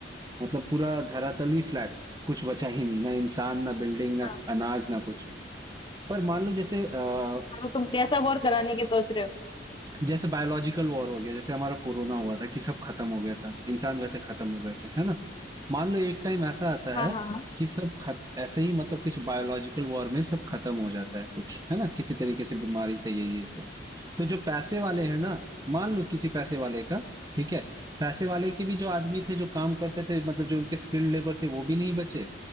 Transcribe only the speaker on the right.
मतलब पूरा धरातल ही फ्लैट कुछ बचा ही नहीं ना इंसान ना बिल्डिंग ना
अनाज ना कुछ पर मान लो जैसे अ,
जैसे बायोलॉजिकल वॉर हो गया जैसे हमारा कोरोना हुआ था कि सब खत्म हो गया था इंसान वैसे खत्म हो गए थे है ना मान लो एक टाइम ऐसा आता
है
कि सब खत ऐसे ही मतलब कुछ बायोलॉजिकल वॉर में सब खत्म हो जाता है कुछ है ना किसी तरीके से बीमारी से ये ये से तो जो पैसे वाले हैं ना मान लो किसी पैसे वाले का ठीक है पैसे वाले के भी जो आदमी थे जो काम करते थे मतलब जो उनके स्किल्ड लेबर थे वो भी नहीं बचे